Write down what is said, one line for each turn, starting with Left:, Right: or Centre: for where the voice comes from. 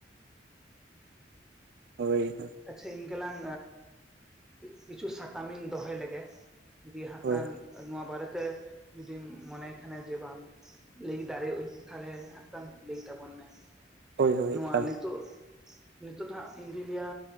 Right: ᱦᱳᱭ᱾
Centre: ᱟᱪᱪᱷᱟ ᱤᱧ ᱜᱮᱞᱟᱝ ᱠᱤᱪᱷᱩ ᱥᱟᱛᱟᱢ ᱤᱧ ᱫᱚᱦᱚᱭ ᱞᱮᱜᱮ᱾ ᱫᱤ ᱦᱟᱸᱜ
Right: ᱦᱳᱭ
Centre: ᱠᱟᱱ ᱱᱚᱣᱟ ᱵᱟᱨᱮᱛᱮ ᱡᱩᱫᱤᱢ ᱢᱚᱱᱮ ᱠᱷᱟᱱᱮ ᱡᱮ ᱵᱟᱝ ᱞᱟᱹᱭ ᱫᱟᱲᱮᱭᱟᱜᱼ ᱟ᱾ ᱟᱧ ᱛᱟᱦᱞᱮ ᱱᱟᱜ ᱠᱷᱟᱱ ᱞᱟᱹᱭ ᱛᱟᱵᱚᱱ ᱢᱮ?
Right: ᱦᱳᱭ ᱦᱳᱭ
Centre: ᱱᱚᱣᱟ
Right: ᱮᱠᱟᱞ
Centre: ᱱᱤᱛᱳᱜ ᱱᱤᱛᱳᱜ ᱫᱚ ᱦᱟᱜ ᱤᱧᱫᱩᱧ ᱞᱟᱹᱭᱟ